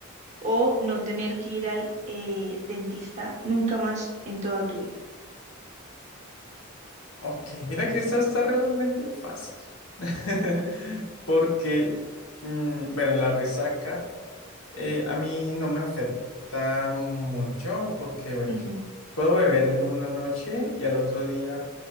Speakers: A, on the right (about 35°); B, on the left (about 75°).
A: o no tener que ir al eh, dentista nunca más en toda tu vida.
B: <laughs> ok, mira que esta está realmente fácil <laughs> porque, mm, bueno, en la resaca... Eh, a mí no me afecta mucho porque, bueno,
A: Ujú.
B: puedo beber en una noche y al otro día